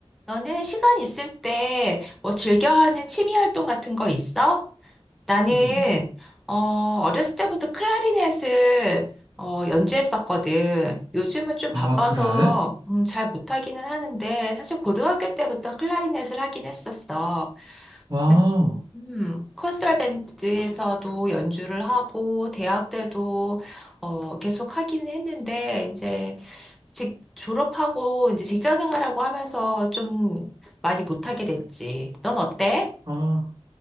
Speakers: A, in the centre; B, on the right.
A: 너는 시간 있을 때 뭐 즐겨하는 취미 활동 같은 거 있어? 나는
B: 음.
A: 어, 어렸을 때부터 클라리넷을 어, 연주했었거든. 요즘은 좀
B: 아,
A: 바빠서
B: 그래?
A: 음, 잘 못하기는 하는데 사실 고등학교 때부터 클라리넷을 하긴 했었어.
B: 아,
A: 그래서, 음, 콘서트 밴드에서도 연주를 하고 대학 때도 어, 계속 하기는 했는데 이제 직, 졸업하고 이제 직장 생활하고 하면서 좀 많이 못하게 됐지. 넌 어때?
B: 아,